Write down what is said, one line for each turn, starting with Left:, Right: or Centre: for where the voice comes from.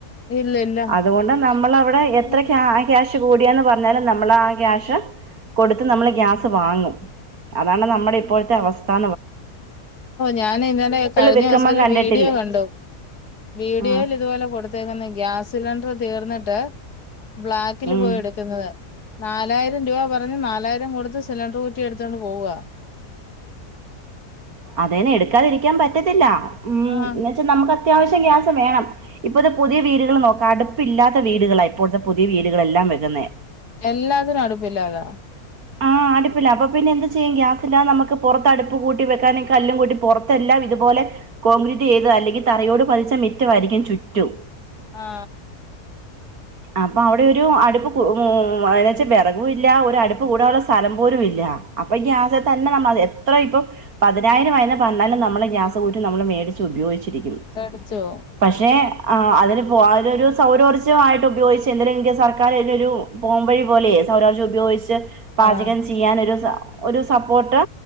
Left: ഇല്ല ഇല്ല
Right: അതുകൊണ്ട് നമ്മളവിടെ എത്ര
Left: ഉം
Right: ക്യാ ക്യാഷ് കൂടിയാന്ന് പറഞ്ഞാലും നമ്മളാ ക്യാ അക്ഷ <inaudible> കൊടുത്ത് നമ്മള് ഗ്യാസ് വാങ്ങും അതാണ് നമ്മുടെ ഇ ഇപ്പോഴത്തെ അവസ്ഥാ
Left: ഞാൻ ഇന്നലെ കഴിഞ്ഞ
Right: വെക്കുമ്പം
Left: ദിവസം ഒരു
Right: കണ്ടിട്ടില്ലേ
Left: വീഡിയോ കണ്ടു വീഡിയോയിൽ
Right: ആഹ്
Left: ഇതുപോലെ കൊടുത്തേക്കുന്ന ഗ്യാസ് സിലിണ്ടർ തീർന്നിട്ട് ബ്ലാക്കിൽ
Right: ഉം
Left: പോയി എട്ക്ക്ന്നത്. നാ നാലായിരം രൂപ പറഞ്ഞു നാലായിരം കൊട്ത്ത് സിലിണ്ടർ കുറ്റി എട്ത്തൊണ്ട് പോവാ
Right: അതെന്നെ എട്ക്കാതിരിക്കാൻ പറ്റത്തില്ല ഉം
Left: ആഹ്
Right: എന്ന് വെച്ചാ നമുക്ക് അത്യാ പക്ഷേ ഗ്യാസ് വേണം ഇപ്പത്തെ പുതിയ വീട്കൾ നോക്ക് അട്പ്പില്ലാത്ത വീട്കളാ ഇപ്പോഴത്തെ പുതിയ വീടുകളെല്ലാം വെരുന്നേ
Left: എല്ലാത്തിനും അടുപ്പില്ലതാ
Right: ആഹ് അടുപ്പില്ല അപ്പൊ പിന്നെ എന്ത് ചെയ്യും ഗ്യാസ് ഇല്ലാതെ നമുക്ക് പൊറത്ത് അടുപ്പ് കൂട്ടി വെക്കാനും കല്ലും കൂട്ടി പുറത്തെല്ലാം ഇതുപോലെ കോൺക്രീറ്റെയ്ത് അല്ലെങ്കി തറയോട് പതിച്ച മിറ്റവായിരിക്കും ചുറ്റും
Left: ആ
Right: അപ്പൊ അവിടെ ഒരു അടുപ്പ് ഉം ന്ന് വെച്ചാ വേറകുല്ല ഒര് അട് അടുപ്പ് കൂട്ടാനുള്ള സ്ഥലം പോലും ഇല്ല അപ്പൊ ഗ്യാസെതന്നെ നമ്മള് എത്ര ഇപ്പൊ പതിനായിരം ആയന്ന് പറഞ്ഞാലും നമ്മള് ഗ്യാസ് കുറ്റി നമ്മള് മേടിച്ച് ഉപയോഗിച്ച് രിക്കും
Left: മേടിച്ചോ
Right: പക്ഷേ ആ അതിന് പോ അതിനൊരു സൗരോർജ്ജമായിട്ട് ഉപയോഗിച്ച് എന്തേലിലുംക്ക് സർക്കാർ അതിനൊരു പോംവഴി പോലെയേ സൗരോർജ്ജം ഉപയോഗിച്ച് പാചകം
Left: ആഹ്
Right: ചെയ്യാൻരു സ ഒരു സപ്പോർട്ട്